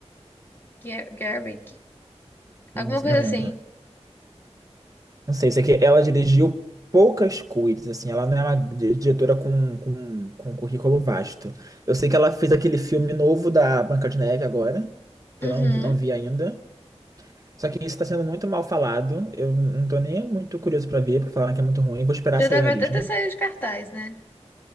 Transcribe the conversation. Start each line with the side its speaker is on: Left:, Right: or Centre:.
Left: Ger- Gerwig,
Right: Não,
Left: alguma coisa
Right: não
Left: assim.
Right: lembro. Não sei, sei que ela dirigiu poucas coisas, assim, ela não é uma di- diretora com, com, com currículo vasto. Eu sei que ela fez aquele filme novo da Branca de Neve agora, que
Left: Uhum.
Right: eu não, vi- não vi ainda. Só que isso está sendo muito mal falado. Eu não tô nem muito curioso pra ver, porque falaram que é muito ruim. Vou esperar
Left: Já
Right: sair
Left: deve
Right: na Disney.
Left: até ter saído de cartaz, né?